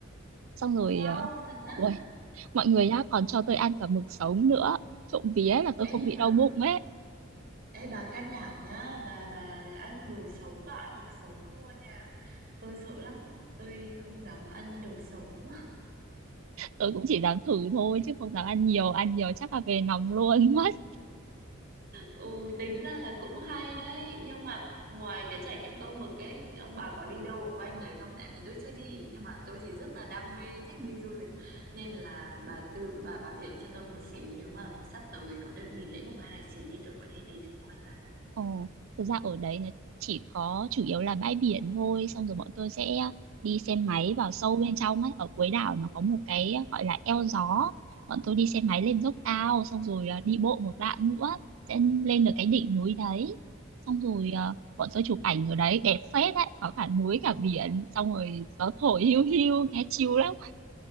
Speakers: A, on the right; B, on the right.
A: Xong rồi
B: Wow,
A: à,
B: thật đó
A: ui, mọi người đã còn cho tôi ăn cả mực sống nữa. Trộm vía là tôi
B: Ê,
A: không
B: nhưng
A: bị
B: mà
A: đau bụng ấy
B: ê, bà can đảm nhá, bà bà ăn đồ sống, bà ăn mực sống mua nha. Tôi sợ lắm, tôi không dám ăn đồ sống.
A: tôi cũng chỉ dám thử thôi chứ không dám ăn nhiều ăn nhiều chắc là về nóng luôn <laughs> mất
B: Ừ, tính ra là cũng hay đấy nhưng mà ngoài cái trải nghiệm câu mực ấy ông bà có đi đâu ở quanh đấy không tại vì tôi chưa đi nhưng mà tôi thì rất là đam mê thích đi du lịch nên là bà tự bà bà kể cho tôi một xíu nếu mà sắp tới có đợt nghỉ lễ mùng hai tháng 9 đi tôi có thể đi thử quan lại
A: ồ thực ra ở đấy nó chỉ có chủ yếu là bãi biển thôi xong rồi bọn tôi sẽ đi xe máy vào sâu bên trong ấy ở cuối đảo nó có một cái gọi là eo gió bọn tôi đi xe máy lên dốc cao xong rồi à, đi bộ một đoạn nữa sẽ lên được cái đỉnh núi đấy xong rồi à, bọn tôi chụp ảnh ở đấy đẹp phết đấy có cả núi cả biển xong rồi gió thổi hiu hiu nghe chill lắm